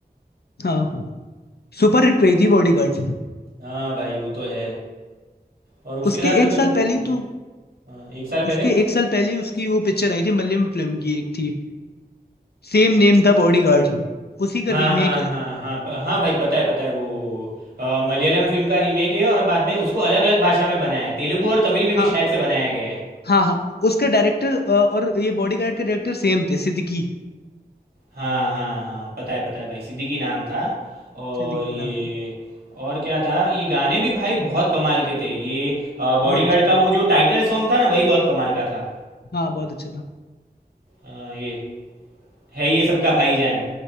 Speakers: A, on the left; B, on the right.
A: हाँ सुपर हिट रही थी बॉडी गार्ड
B: हाँ भाई वो तो है और उसके
A: उसके
B: साथ मतलब
A: एक साल पहले
B: हम्म,
A: तो
B: हाँ, एक साल पहले
A: उसके एक साल पहले उसकी वो पिक्चर आई थी मलयालम फिल्म की एक थी सेम नेम था बॉडीगार्ड उसी का
B: हाँ
A: रीमेक
B: हाँ
A: है
B: हाँ हाँ प- हाँ भाई पता है पता है वो अ, मलयालम फिल्म का रीमेक है और बाद में उसको अलग अलग भाषा में बनाया है तेलुगु और तमिल में
A: हाँ
B: भी शायद से बनाया गया है
A: हाँ हाँ उसके डायरेक्टर और ये बॉडीगार्ड के डायरेक्टर सेम थे सिद्दीकी
B: हाँ हाँ हाँ पता है पता है भाई सिद्दीकी नाम था और
A: सिद्दीकी
B: ये
A: के नाम था
B: और क्या था ये गाने भी भाई बहुत कमाल के थे ये बॉडीगार्ड
A: बहुत अच्छे
B: का
A: थे
B: वो जो टाइटल सॉन्ग था ना वही बहुत कमाल का था
A: हाँ बहुत अच्छा था
B: अ, ये है ये सबका भाईजान